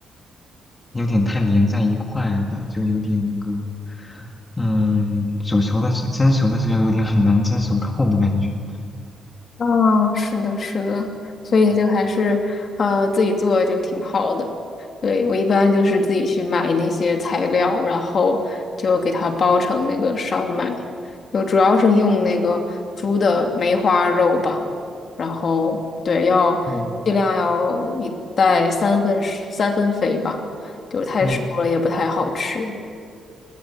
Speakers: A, on the left (about 15°); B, on the left (about 40°).
A: 有点太粘在一块了，就有点那个，嗯，煮熟的时蒸熟的时候有点很难蒸熟透的感觉。
B: 嗯，是的，是的，所以就还是呃自己做就挺好的。
A: 嗯，
B: 对，我一般就是自己去买那些材料，然后就给它包成那个烧麦，就主要是用那个猪的梅花肉吧。然后对，要尽量要一袋三分三分肥吧，
A: 对，
B: 就太熟了也不太好吃。
A: 嗯